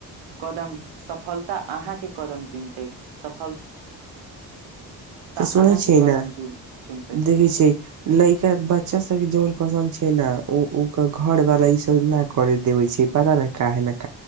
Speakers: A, on the right; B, on the right.
A: कदम सफलता अहाँके कदम चुमतै। सफ्-
B: तऽ सुनै
A: अहाँके
B: छियै
A: कदम
B: ने।
A: चुम चुमतै
B: देखै छियै लैका बच्चा सबके जौन पसन्द छै हइ ना, ओ उकर घरवाला ईसब ना करे देवै छै। पता नै काहे ला।